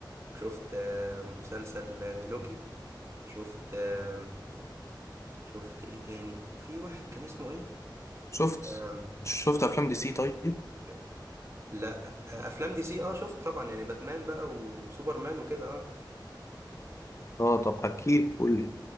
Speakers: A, on the right (about 35°); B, on the left (about 35°).
A: وشفت آه، مسلسل آه، لوكي شفت آم، شفت ايه تاني في واحد كان اسمه ايه
B: شفت
A: آم،
B: شفت أفلام دي سي طيب
A: ب... لا آه، افلام دي سي اه شفت طبعا يعني باتمان بقى وسوبرمان وكده اه
B: أه طب حكيلي قول لي